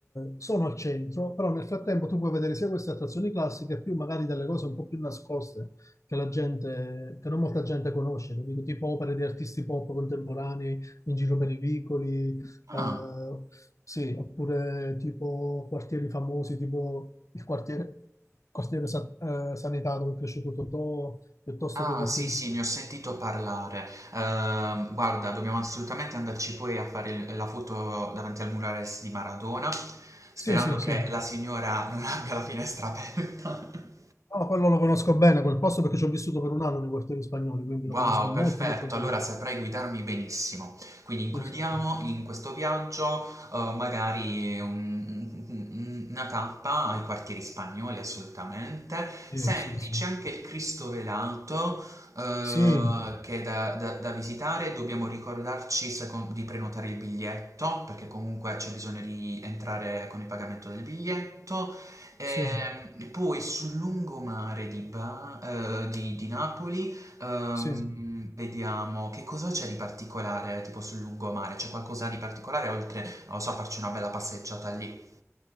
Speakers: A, on the left (about 75°); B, on the right (about 85°).
A: eh, sono al centro, però nel frattempo tu puoi vedere sia queste attrazioni classiche, più magari delle cose un po' più nascoste che la gente, che non molta gente conosce, capito? Tipo opere di artisti pop contemporanei in giro per i vicoli,
B: Ah.
A: eh, sì, oppure tipo quartieri famosi, tipo il quartiere, quartiere Sa- eh, Sanità dove è cresciuto Totò, piuttosto
B: Ah,
A: che quartieri...
B: sì, sì,
A: sp-
B: ne ho sentito parlare. Ehm, guarda, dobbiamo assolutamente andarci poi a fare il- la foto davanti al murales di Maradona, sperando
A: Sì, sì,
B: che
A: sì.
B: la signora non abbia la finestra aperta. <laughs>
A: No, quello lo conosco bene, quel posto perché ci ho vissuto per un anno nei quartieri spagnoli, quindi
B: Wow,
A: lo conosco molto,
B: perfetto,
A: molto bene.
B: allora saprai guidarmi benissimo. Quindi includiamo
A: Sì, sì, sì.
B: in questo viaggio, eh, magari un- un- una tappa ai quartieri spagnoli, assolutamente.
A: Sì,
B: Senti,
A: sì, sì.
B: c'è anche il Cristo velato, eh,
A: Sì,
B: che è da, da- da visitare. Dobbiamo ricordarci secon- di prenotare il biglietto, perché comunque c'è bisogno di entrare con il pagamento del biglietto. Sì. Ehm,
A: sì,
B: poi sul lungomare di, Ba- eh, di di Napoli. Ehm,
A: sì.
B: vediamo, che cosa c'è di particolare tipo sul lungomare? C'è qualcosa di particolare oltre, non lo so, a farci una bella passeggiata lì?